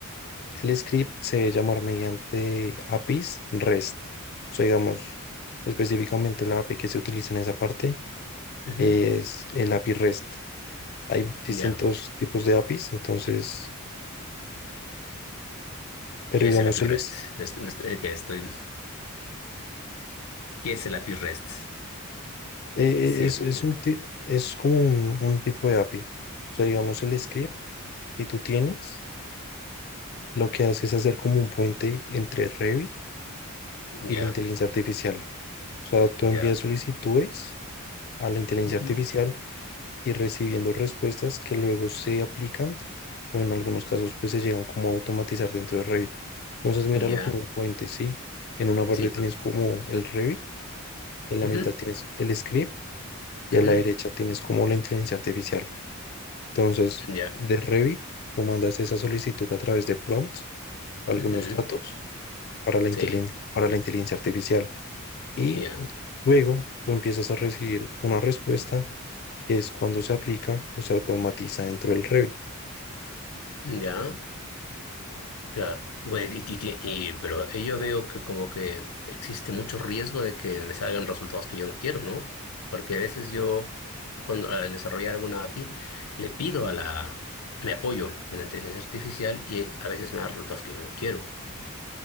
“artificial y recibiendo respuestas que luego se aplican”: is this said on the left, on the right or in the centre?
Left